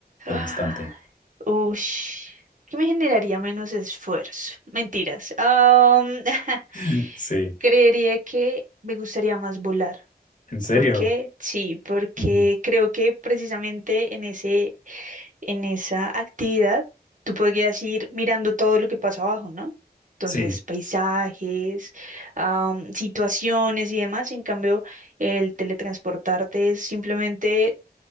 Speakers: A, on the right (about 50°); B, on the left (about 50°).
A: Ah,
B: al instante.
A: ush. ¿Qué me generaría menos esfuerzo? Mentiras. Am, <laughs>
B: <laughs> Sí,
A: creería que me gustaría más volar.
B: ¿en serio?
A: ¿Por qué? Sí, porque
B: Ujú.
A: creo que precisamente en ese, en esa actividad tú podrías ir mirando todo lo que pasa abajo, ¿no? Entonces,
B: Sí,
A: paisajes, am, situaciones y demás. En cambio, el teletransportarte es simplemente